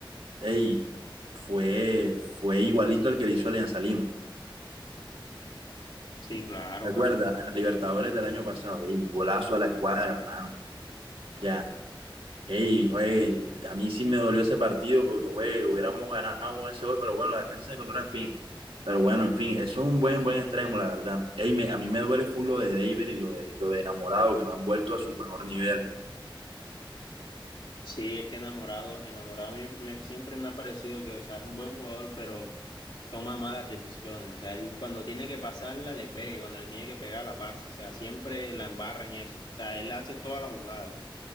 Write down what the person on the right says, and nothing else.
ey, fue, fue igualito al que le hizo Alianza Lima.
¿Te acuerdas?
En la Libertadores del año pasado, ey, un golazo a la escuadra, hermano. Ya. Ey, güey, a mí sí me dolió ese partido porque, güey, hubiéramos ganado con ese gol, pero bueno, la defensa se encontró, en fin. Pero bueno, en fin, eso es un buen, buen extremo, la verdad. Ey, me- a mí me duele full lo de David y lo de, lo de Enamorado, que no han vuelto a su mejor nivel.